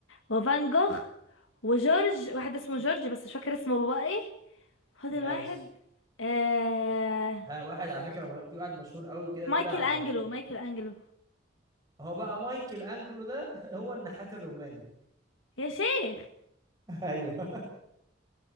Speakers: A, on the left (about 85°); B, on the right (about 20°).
A: وفان جوخ وجورج واحد اسمه جورج بس مش فاكر اسمه بابا ايه خد
B: ماشي
A: الواحد آه...
B: ها واحد على فكره م- في واحد مشهور قوي كده
A: مايكل
B: طلع
A: انجلو
B: كان
A: مايكل انجلو
B: هو بقى مايكل انجلو ده <laughs> هو النحات الروماني
A: يا شيخ
B: <laughs> ايوه